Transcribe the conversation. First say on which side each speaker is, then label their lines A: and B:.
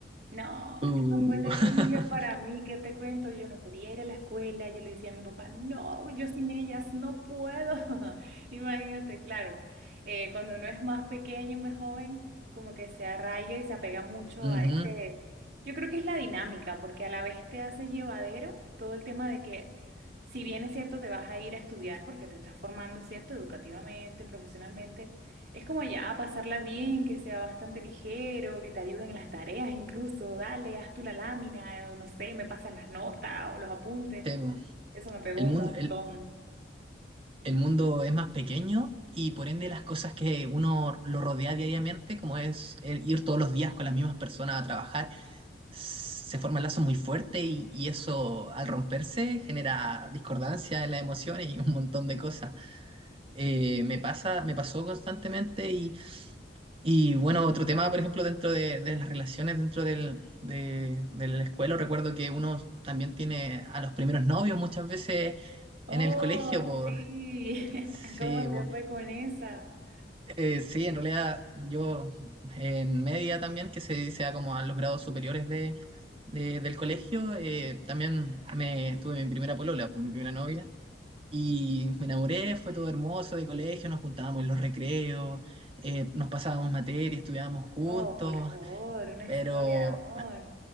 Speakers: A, on the right; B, on the right.
A: No,
B: Uh,
A: eso fue terrible
B: <laughs>
A: para mí, ¿qué te cuento? Yo no quería ir a la escuela, yo le decía a mi papá, no, yo sin ellas no puedo. <laughs> Imagínate, claro, eh, cuando uno es más pequeño, más joven, como que se arraiga y se apega mucho
B: ujú,
A: a ese yo creo que es la dinámica, porque a la vez te hace llevadero todo el tema de que, si bien es cierto, te vas a ir a estudiar porque te estás formando, ¿cierto? Educativamente, profesionalmente, es como ya pasarla bien, que sea bastante ligero, que te ayuden en las tareas incluso, dale, haz tú la lámina, o no sé, me pasas las notas o los apuntes.
B: sí, po.
A: Eso me pegó
B: El
A: un
B: mundo,
A: montón.
B: el, el mundo es más pequeño y por ende las cosas que uno lo rodea diariamente, como es el ir todos los días con las mismas personas a trabajar, se forma el lazo muy fuerte y, y eso al romperse genera discordancia en las emociones y un montón de cosas. Eh, me pasa, me pasó constantemente y, y bueno, otro tema, por ejemplo, dentro de, de las relaciones, dentro del... De, de la escuela, recuerdo que uno también tiene a los primeros novios muchas veces
A: Oh,
B: en el colegio, pues
A: sí, <laughs>
B: sí,
A: ¿cómo te
B: po.
A: fue con esa?
B: Eh, sí, en realidad yo en media también, que se sea como a los grados superiores de, de- del colegio, eh, también me tuve mi primera polola, pues, mi primera novia, y me enamoré, fue todo hermoso de colegio, nos juntábamos en los recreos, eh, nos pasábamos materias estudiábamos juntos,
A: Oh, por favor, una historia
B: pero
A: de amor.